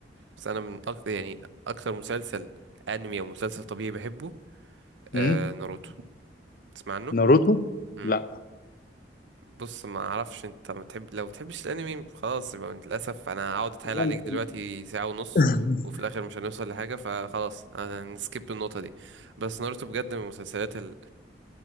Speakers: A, on the right; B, on the left.
A: بس انا من اكتر يعني اكتر مسلسل انمي او مسلسل طبيعي بحبه آه
B: امم
A: ناروتو تسمع عنه
B: ناروتو
A: مم.
B: لا
A: بص ما اعرفش انت ما تحب لو بتحبش الانمي خلاص يبقى للاسف انا هقعد اتحايل
B: لا،
A: عليك
B: لا.
A: دلوقتي ساعة ونص
B: <laughs>
A: وفي الاخر مش هنوصل لحاجة فخلاص انا نسكيب النقطة دي بس ناروتو بجد من المسلسلات ال...